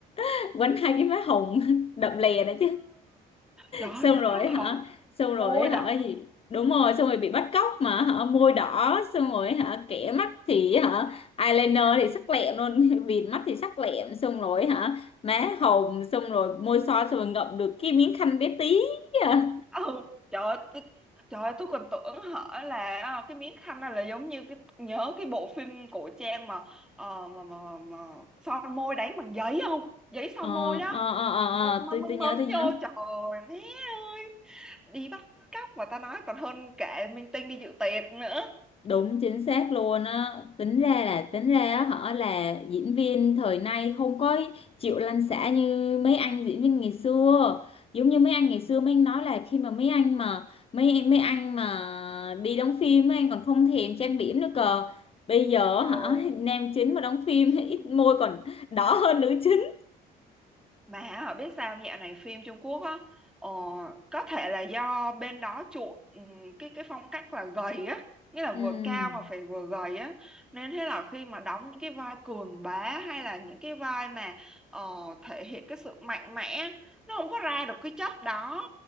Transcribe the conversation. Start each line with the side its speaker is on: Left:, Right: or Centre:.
Left: <laughs> quánh hai cái má hồng <laughs> đậm lè đó chứ
Centre: Trời ơi,
Left: xong
Centre: má
Left: rồi hả
Centre: hồng,
Left: xong rồi
Centre: môi đỏ.
Left: hả gì đúng rồi xong rồi bị bắt cóc mà hả môi đỏ xong rồi hả kẻ mắt thì hả eyeliner thì sắc lẹm luôn <laughs> bịt mắt thì sắc lẹm xong rồi hả má hồng xong rồi môi son xong rồi ngậm được cái miếng khăn bé tí à.
Centre: Ừ, trời ơi, tôi, trời ơi, tôi còn tưởng hở là à, cái miếng khăn này là giống như cái nhớ cái bộ phim cổ trang mà ờ, mà, mà, mà, mà son môi đánh bằng giấy không? Giấy son
Left: ờ
Centre: môi đó.
Left: ờ ờ ờ
Centre: mắm
Left: ờ, ờ,
Centre: mắm
Left: tôi
Centre: mắm
Left: tôi nhớ
Centre: mấm vô
Left: tôi nhớ
Centre: trời ơi, má ơi. Đi bắt cóc mà ta nói còn hơn cả minh tinh đi dự tiệc nữa.
Left: Đúng chính xác luôn á Tính ra là tính ra á họ là diễn viên thời nay không có chịu lăn xả như mấy anh diễn viên ngày xưa Giống như mấy anh ngày xưa mấy anh nói là khi mà mấy anh mà mấy em mấy anh mà đi đóng phim mấy anh còn không thèm trang điểm nữa cơ Bây giờ
Centre: Ồ.
Left: hả nam chính mà đóng phim
Centre: <laughs>
Left: <laughs> thì ít môi còn đỏ hơn nữ chính
Centre: Mà họ biết sao dạo này phim Trung Quốc á ờ, có thể là do bên đó chuộng ừm, cái cái phong cách là gầy á nghĩa là vừa
Left: ừ,
Centre: cao mà phải vừa gầy á nên thế là khi mà đóng những cái vai cường bá hay là những cái vai mà ờ, thể hiện cái sự mạnh mẽ nó không có ra được cái chất đó